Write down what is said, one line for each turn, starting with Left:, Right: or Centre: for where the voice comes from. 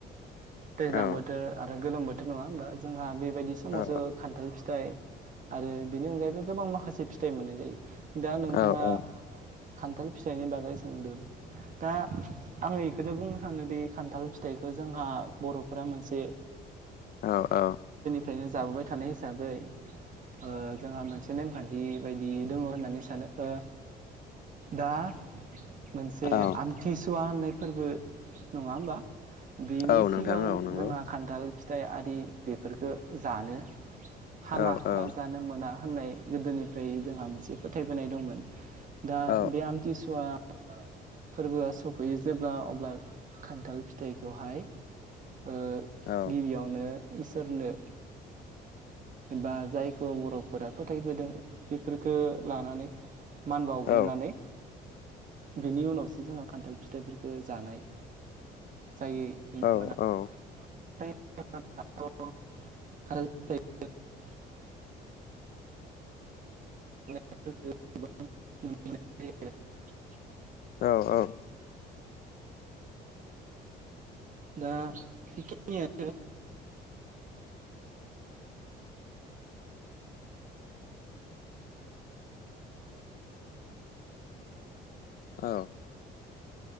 Right: दैज्लां
Left: औ
Right: बोथोर आरो गोलोम बो नङा होमबा जोंहा बे बायदि समावसो
Left: औ
Right: खान्थाल फि थाइ आरो बेनि अनगायैबो गोबां माखासे फिथाइ मोननाय जायो। दा नोंथाङा
Left: औ औ
Right: खान्थाल फिथाइनि बागै सोंदों। दा आङो एखोनो बुंनो सानोदि खान्थाल फिथाइखौ जोंहा बर'फोरा मोनसे
Left: औ औ।
Right: फ्रायनो जाबोबाय थानाय इस साबै ओ जोंहा मोनसे नेमखान्थि बायदि दङ' होननानै सानो ओ दा मोनसे
Left: औ
Right: आमथिस सुवा होननाय फोरबो नङा होमबा बेनि
Left: औ नोंथां
Right: सिगां
Left: औ नंगौ
Right: जोंहा खान्थाल फिथाइआरि बेफोरफोरखो जानो हामा
Left: औ
Right: बा
Left: औ
Right: जानो मोना। होननाय गोदोनिफ्राय जोंहा मोनसे फोथायबोनाय दंमोन। दा
Left: औ
Right: बे आमथिसुवा फोरबोआ सफैयो जेब्ला अब्ला खान्थाल फिथाइखौहाय ओ
Left: औ
Right: गिबियावनो इसोरनो बा जायखौ बर'फोरा फोथायबोदों बेफोरखो लानानै मान बावग्रोनानै
Left: औ
Right: बेनि उनाव दासो जोङा खान्थाल फिथाइफोरखो जानाय जायो
Left: औ
Right: मोना
Left: औ
Right: <inaudible> <inaudible> <unintelligible> <inaudible>
Left: औ औ
Right: दा <unintelligible> <unintelligible>
Left: औ।